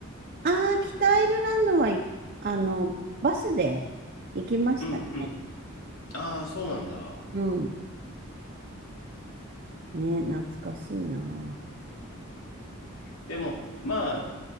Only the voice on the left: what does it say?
うんうん。ああ、そうなんだ。
でも、まあ、